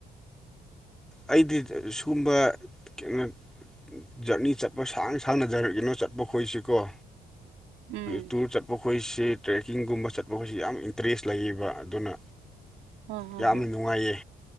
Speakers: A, in the centre; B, on the right.
A: ꯑꯩꯗꯤ ꯁꯒꯨꯝꯕ ꯀꯩꯅꯣ ꯖꯔꯅꯤ ꯆꯠꯄ ꯁꯥꯡ ꯁꯥꯡꯅ ꯖꯔꯛꯏꯅꯣ ꯆꯠꯄ ꯈꯣꯏꯁꯤꯀꯣ
B: ꯎꯝ
A: ꯇꯨꯔ ꯆꯠꯄ ꯈꯣꯏꯁꯤ ꯇ꯭ꯔꯦꯛꯀꯤꯡꯒꯨꯝꯕ ꯆꯠꯄ ꯈꯣꯏꯁꯤ ꯌꯥꯝ ꯏꯟꯇꯔꯦꯁ ꯂꯩꯌꯦꯕ ꯑꯗꯨꯅ
B: ꯍꯣꯏ ꯍꯣꯏ
A: ꯌꯥꯝꯅ
B: ꯍꯣꯏ
A: ꯅꯨꯡꯉꯥꯏꯌꯦ